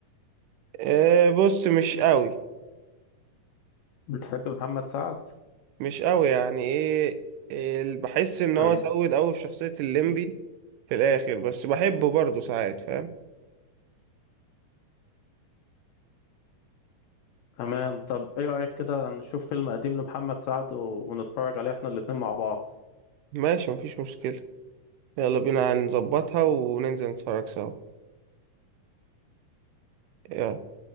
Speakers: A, on the right; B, on the left.
A: آه بص مش قوي
B: بتحب محمد سعد
A: مش قوي يعني ايه ال- بحس ان
B: طيب
A: هو زود قوي في شخصية الليمبي
B: إيه،
A: في الاخر بس بحبه برضه ساعات فاهم
B: تمام طب ايه رأيك كده نشوف فيلم قديم لمحمد سعد و... ونتفرج عليه احنا الاتنين مع بعض
A: ماشي مفيش مشكلة يلا بينا هنظبطها وننزل نتفرج سوا يلا